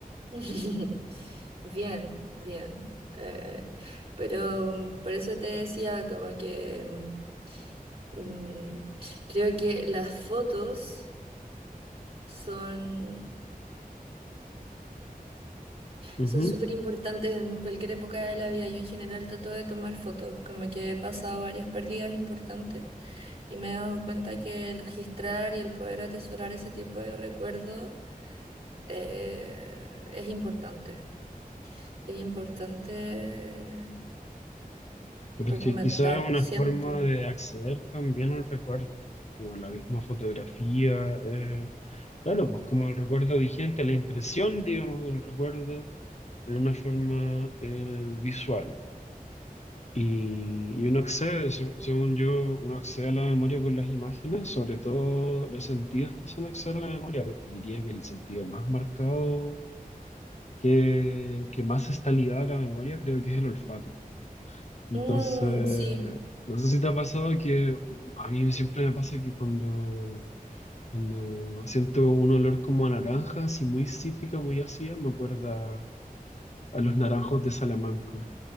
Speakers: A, on the right; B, on the left.
A: <laughs> Bien, bien. Eh, pero mm, por eso te decía como que mm, mm, creo que las fotos son
B: Ujú.
A: Son súper importantes en cualquier época de la vida. Yo en general trato de tomar fotos, como que he pasado varias pérdidas importantes y me he dado cuenta que el registrar y el poder atesorar ese tipo de recuerdos eh, es importante. Es importante
B: Pero
A: documentar,
B: es que quizás es una
A: siento.
B: forma de acceder también al recuerdo, como la misma fotografía. eh, Claro, pues como el recuerdo vigente, la impresión, digamos, del recuerdo de una forma eh, visual. Y, y uno accede, se- según yo, uno accede a la memoria con las imágenes, sobre todo los sentidos te hacen acceder a la memoria, pero diría que el sentido más marcado, que, que más está ligado a la memoria, creo que es el olfato. Entonces,
A: Mm, sí.
B: no sé si te ha pasado que a mí siempre me pasa que cuando Cuando siento un olor como a naranja, así muy cítrica, muy ácida, me acuerda a los naranjos de Salamanca,